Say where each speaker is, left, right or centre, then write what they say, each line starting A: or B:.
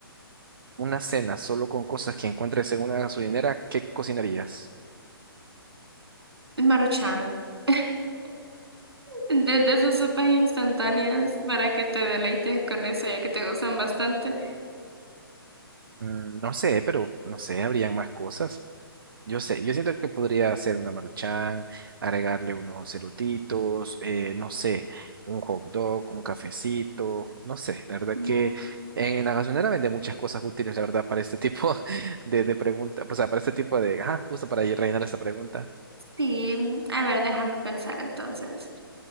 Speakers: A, on the right (about 65°); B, on the right (about 80°).
A: una cena solo con cosas que encuentres en una gasolinera, ¿qué cocinarías?
B: El Maruchan. <laughs> De, esas sopas instantáneas para que te deleites con eso, ya que te gustan bastante.
A: Mm, No sé, pero no sé, habrían más cosas. Yo sé, yo siento que podría hacer una maruchan, agregarle unos elotitos, eh, no sé, un hot dog, un cafecito, no sé, la verdad
B: Mm,
A: que en la gasolinera venden muchas cosas útiles, la verdad, para este tipo <laughs> de, de pregunta o sea, para este tipo de, ah, justo para ir rellenar esta pregunta.
B: Sí, a ver, déjame pensar entonces.